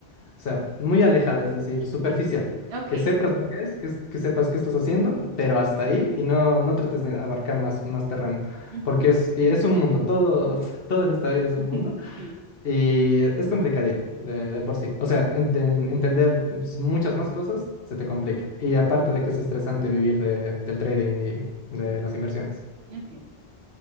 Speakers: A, on the left; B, on the right.
A: o sea, muy alejada, es decir, superficial.
B: Ok.
A: Que sepas lo que es, que, es- que sepas qué estás haciendo, pero hasta ahí y no, no trates de abarcar más, más terreno,
B: Ujú.
A: porque es, y es un mundo, todo, <laughs> todo en esta vida es un
B: <laughs>
A: mundo.
B: Sí.
A: Y es complicadito de, de por sí. O sea, enten- entender pues, muchas más cosas se te complica. Y aparte de que es estresante vivir de, del trading y de
B: Ujú.
A: las inversiones.
B: Ok.